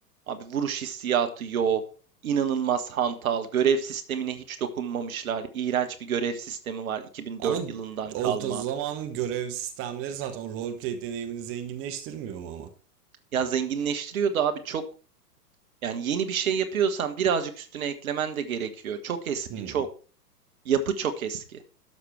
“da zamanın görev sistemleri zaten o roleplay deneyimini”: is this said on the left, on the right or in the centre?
Right